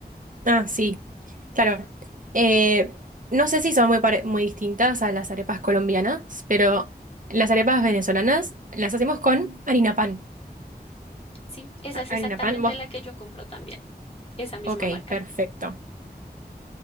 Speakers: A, on the right; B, on the left.
A: Ah, sí, claro. Eh, no sé si son muy, pare- muy distintas a las arepas colombianas, pero las arepas venezolanas las hacemos con harina pan.
B: Sí, esa
A: Ah,
B: es
A: Harina
B: exactamente
A: pan, vos.
B: la que yo compro también, esa misma
A: Ok,
B: marca.
A: perfecto.